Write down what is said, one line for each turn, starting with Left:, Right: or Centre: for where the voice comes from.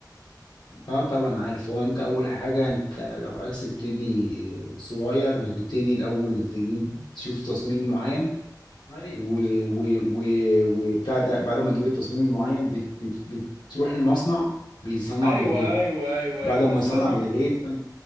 Left: اه طبعا عارف هو انت اول حاجة انت لو عايز تبتدي صغير هتبتدي الاول تجيب تشوف تصميم معين و و و وبتاع ده بعد ما تجيب التصميم المعين بت بت بت- بتروح المصنع بيصنع
Right: ايوه
Left: للغير
Right: ايوه ايوه
Left: بعد
Right: ايوه بس
Left: ما يصنع
Right: انا
Left: للغير فانت